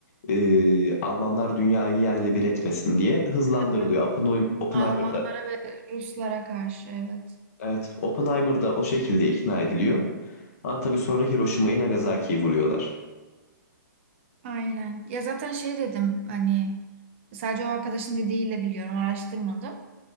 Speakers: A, on the left; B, on the right.
A: e, Almanlar dünyayı yerle bir etmesin diye hızlandırılıyor.
B: Evet.
A: Oppenheim- Oppenheimer'da.
B: Almanlara ve Ruslara karşı evet.
A: Evet, Oppenheimer'da o şekilde ikna ediliyor. Ama tabii sonra Hiroşima'yı Nagasaki'yi vuruyorlar.
B: Aynen. Ya zaten şey dedim hani sadece o arkadaşın dediğiyle biliyorum araştırmadım.